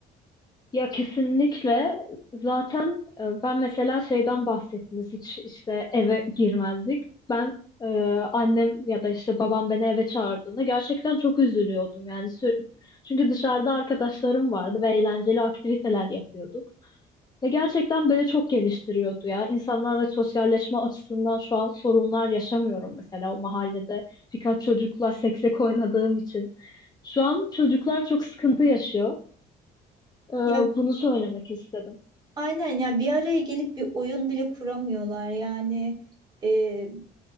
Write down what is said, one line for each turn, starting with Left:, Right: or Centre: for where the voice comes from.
Left: Ya kesinlikle zaten e, ben mesela şeyden bahsettiniz hiç işte eve girmezdik. Ben e, annem ya da işte babam beni eve çağırdığında gerçekten çok üzülüyordum yani sü- çünkü dışarıda arkadaşlarım vardı ve eğlenceli aktiviteler yapıyorduk. Ve gerçekten beni çok geliştiriyordu ya. İnsanlarla sosyalleşme açısından şu an sorunlar yaşamıyorum mesela o mahallede. Birkaç çocukla seksek oynadığım için. Şu an çocuklar çok sıkıntı yaşıyor. Ee,
Right: Ya
Left: bunu söylemek istedim.
Right: Aynen ya bir araya gelip bir oyun bile kuramıyorlar yani e,